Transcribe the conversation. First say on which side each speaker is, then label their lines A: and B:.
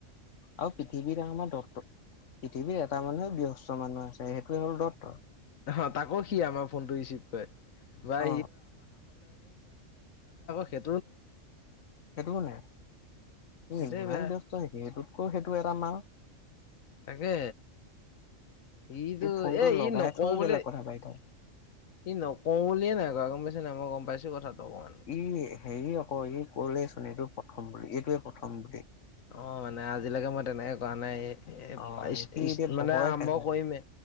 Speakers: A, on the left; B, on the left.
A: অ পৃথিৱী ডাঙৰ নে ডাক্তৰ পৃথিৱীৰ এটা মানুহে ব্যস্ত মানুহ আছে সেইটোৱে হ'ল দত্ত।
B: অ তাকো সি আমাৰ ফোন টো ৰিচিভ কৰে বা
A: অ
B: হি
A: সেইটো নাই ইমান
B: সেইটোৱে বেয়া।
A: ব্যস্ত সেইটোতকৈ সেইটো এটা মাৰ
B: তাকে হে ইটো
A: ই ফোনটো
B: এ
A: লগাই
B: ই নকও
A: থৈও
B: বুলে
A: বেলেগ কথা পাতি থাকে
B: ই নকও বুলিয়ে নাই ঘ গম নাই মই গম পাইছো কথাটো অকমানে
A: ই হেৰি আকৌ ই কলেইচোন এইটো প্ৰথম বুলি এইটোৱে প্ৰথম বুলি
B: অ মানে আজিলৈকে মই তেনেকে ক নাই
A: অ
B: স
A: সি
B: এ
A: এতিয়া
B: মানে
A: ভয়
B: আৰম্ভ
A: খাইছে
B: কৰিমে